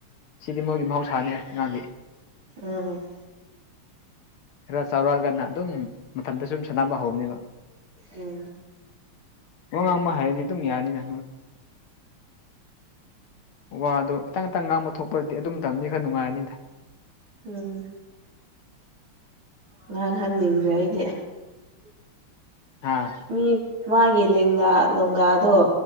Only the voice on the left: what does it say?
ꯁꯤꯗꯤ ꯃꯣꯏꯒꯤ ꯃꯍꯧꯁꯥꯅꯦ ꯑꯉꯥꯡꯗꯤ
ꯈꯔ ꯆꯥꯎꯔꯛꯑꯒꯅ ꯑꯗꯨꯝ ꯃꯊꯟꯇ ꯁꯨꯝ ꯁꯥꯟꯅꯕ ꯍꯧꯕꯅꯦꯕ
ꯋꯥ ꯉꯥꯡꯕ ꯍꯥꯏꯔꯅꯤ ꯑꯗꯨꯝ ꯌꯥꯅꯤꯗ ꯋꯥ ꯑꯗꯣ ꯈꯤꯇꯪ ꯈꯤꯇꯪ ꯉꯥꯡꯕ ꯊꯣꯛꯄꯗꯤ ꯑꯗꯨꯝ ꯇꯕꯅꯤ ꯈꯔ ꯅꯨꯡꯉꯥꯏꯔꯅꯤꯗ
ꯍꯥꯥ